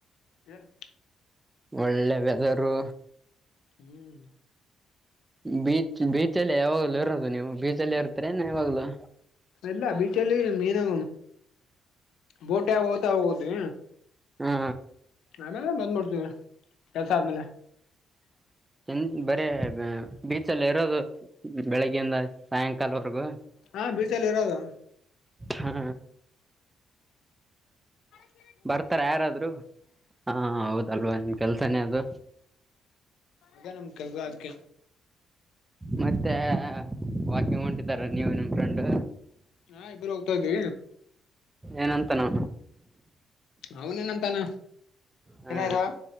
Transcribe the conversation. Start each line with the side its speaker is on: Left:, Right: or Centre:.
Left: ಏನ್
Right: ಒಳ್ಳೆ ವೆದರು
Left: ಹ್ಮ್
Right: ಬ ಬೀಚಲ್ಲಿ ಯಾವಾಗಲ ಇರೋದು ನೀವು ಬೀಜ ಅಲ್ಲಿ ಇರ್ತಾರ ಇವಾಗಲಲು
Left: ಇಲ್ಲ ಬೀಚಲ್ಲಿ ಮನ ಬೋಟ್ ಯಾವ ಹೋ ರೋದು
Right: ಹಾ
Left: ಆಮೇಲೆ ಬಂದ್ಬಡ್ತೀವಿ ಕೆಲ್ಸ ಆದ್ಮೇಲೆ
Right: ಚಂದ ಬರೀ ಬೀಚಲ್ಲ ಇರೋದು ಬೆಳಿಗ್ಗೆಿಂದ ಸಾಯಂಕಾಲವರೆಗೂ
Left: ಹಾ ಬೀಚಲ್ಲಿ ಇರೋದು
Right: ಹಾ
Left: ಹ
Right: ಬರ್ತಾರ ಯಾರಾದ್ರೂ ಹಾ ಹೌದಲ್ವಾ ನಿನ್ ಕೆಲ್ಸನೇ ಅದು
Left: ಅೇ ನಮ್ ಕೆಲ್ಗ ಅದಕ್ಕೆ
Right: ಮತ್ತೆ ವಾಕಿಂಗ್ ಹೊಂಟಿದಾರ ನೀವು ನಿಮ್ಮ್ ಫ್ರೆಂಡ್
Left: ಹಾ ಇಬ್ಬರು ಹೋಗ್ತಾ ಇದ್ವಿ
Right: ಏನಂತ ನೋ
Left: ಅವನೇನಂತಾನ
Right: ಹಾ
Left: ಇನ್ನ ದೋ